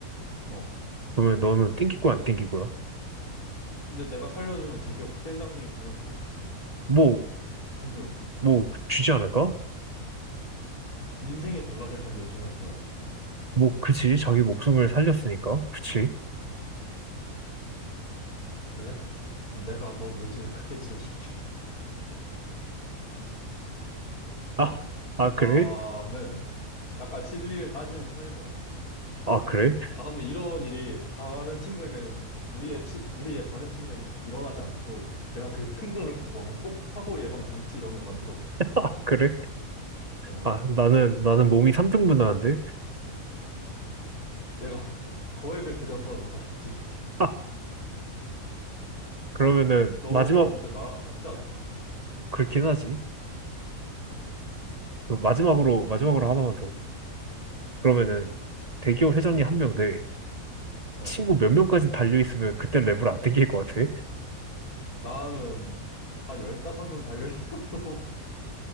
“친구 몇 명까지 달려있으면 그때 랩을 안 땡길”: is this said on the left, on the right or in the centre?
Right